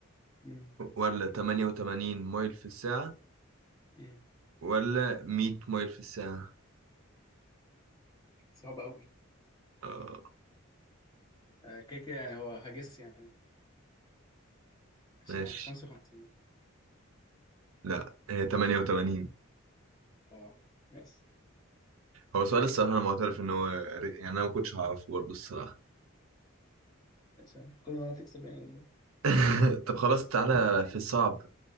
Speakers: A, on the left (about 20°); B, on the right (about 75°).
A: مم.
B: ولا 88 مايل في الساعه
A: مم.
B: ولا 100 مايل في الساعة
A: صعب قوي
B: آه
A: آه، كده كده يعني هو هجس يعني عشان
B: ماشي
A: 55
B: لا هي 88
A: اه ماشي
B: هو سؤال الصراحة أنا معترف إن هو ر- يعني أنا ما كنتش هعرفه برضه الصراحة
A: عشان كل مرة تكسب يعني ولا
B: <laughs> طب خلاص تعالى
A: إيه؟
B: في الصعب